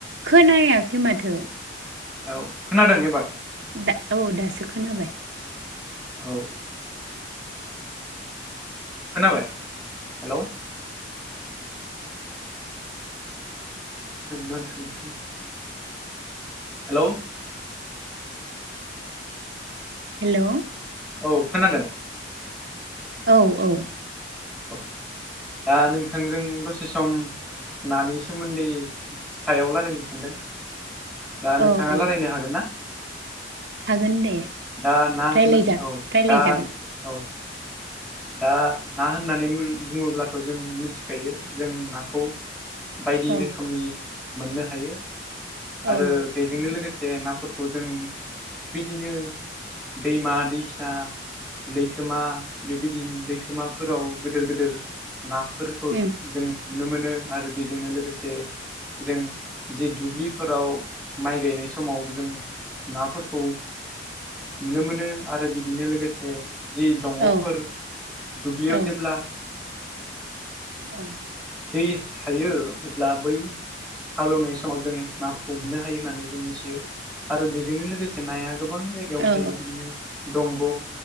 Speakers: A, on the right (about 65°); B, in the centre.
A: खोनायाखै माथो।
B: औ खोनादों एबार।
A: दा औ दासो खोनाबाय।
B: औ। खोनाबाय हेलौ। ओ नांथा नांथा। हेलौ।
A: हेलौ
B: औ खोनादों।
A: औ औ।
B: औ दा नोंथांजों दसे सम नानि सोमोन्दै सायाव रालायनो सानदों दा
A: औ
B: नोंथाङा
A: औ
B: रालायनो हागोन ना?
A: हागोन दे
B: दा ना होनना
A: रायलायजा
B: औ
A: रायलायजागोन
B: दा औ। दा ना होननानै बुङोब्लाथ' जों मिथिखायो जों नाखौ बायदि
A: औ
B: रोखोमनि मोननो हायो आरो
A: औ
B: बे जोंनो लोगोसे नाफोरखौ जों बिदिनो दैमा दैसा लैथोमा बेबायदि लैथोमाफोराव गोदोर गोदोर नाफोरखौ
A: उम
B: जों नुनो मोनो आरो बेजोंनो लोगोसे जों जे दुब्लिफोराव माइ गायनाय समाव जों नाफोरखौ नुनो मोनो आरो बिदिनो लोगोसे जि दं
A: औ
B: फोर दुब्लियाव
A: औ
B: जेब्ला
A: औ।
B: दै हायो अब्ला बै हालौवनाय समाव जों नामखौ मोननो हायो होननानै जों मिथियो। आरो बेजोंनो लोगोसे नाया गोबां जायगा। जायगायावनो
A: औ
B: थायो बिदिनो दंग'